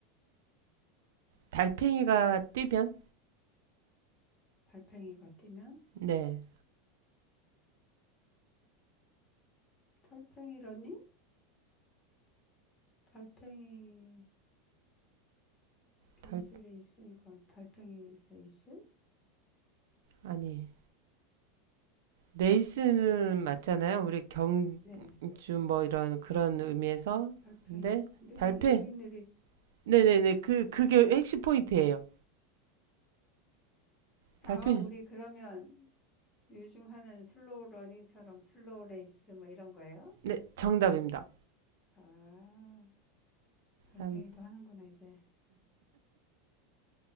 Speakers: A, on the right; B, on the left.
A: 달팽이가 뛰면?
B: 달팽이가 뛰면?
A: 네.
B: 달팽이 러닝? 달팽이 경주
A: 달,
B: 레이스니까 달팽이 레이스?
A: 아니. 레이스는 맞잖아요. 우리 경주
B: 네.
A: 뭐 이런 그런 의미에서.
B: 달팽이.
A: 근데
B: 느린,
A: 달팽.
B: 느릿느릿.
A: 네네네. 그, 그게 핵심 포인트예요. 달팽이.
B: 아, 우리 그러면 요즘 하는 슬로우 러닝처럼 슬로우 레이스 뭐 이런 거예요?
A: 네. 정답입니다.
B: 아, 달팽이도
A: 음,
B: 하는구나, 이제.